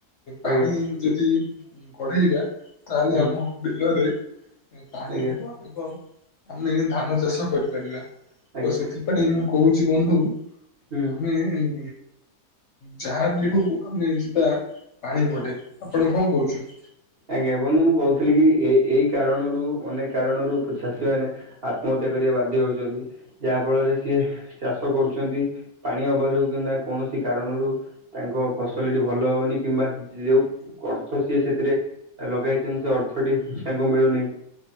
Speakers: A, on the left; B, on the right.
A: ପାଣି
B: ଆଜ୍ଞା
A: ଯଦି କଢେଇବା ତାହେଲେ
B: ହୁଁ
A: ଆମ ବିଲରେ ପାଣି
B: ଆଜ୍ଞା
A: ହେବ ଏବଂ ଆମେ ଧାନ ଚାଷ କରିପାରିବା ତ
B: ଆଜ୍ଞା
A: ସେଥିପାଇଁ ମୁଁ କହୁଛି ବନ୍ଧୁ
B: ହୁଁ
A: ଆମେ ଉ ଯାହା ବି ହଉ ଆମେ ଯିବା ପାଣି ମଢେଇ ଆପଣ କଣ କହୁଛନ୍ତି?
B: ଆଜ୍ଞା ବନ୍ଧୁ ମୁଁ କହୁଥିଲି କି ଏ ଏଇ କାରଣରୁ ଅନେକ କାରଣରୁ ଚାଷୀ ମାନେ ଆତ୍ମହତ୍ୟା କରିବା ବାଧ୍ୟ ହଉଛନ୍ତି। ଯାହା ଫଳରେ ସିଏ ଚାଷ କରୁଛନ୍ତି ପାଣି ଅଭାବରୁ କିମ୍ବା କୌଣସି କାରଣରୁ ତାଙ୍କ ଫସଲଟି ଭଲ ହଉନି କିମ୍ବା ଯୋଉ ଅର୍ଥ ସିଏ ସେଥିରେ ଲଗେଇଛନ୍ତି ସେ ଅର୍ଥଟି ତାଙ୍କୁ ମିଳୁନି।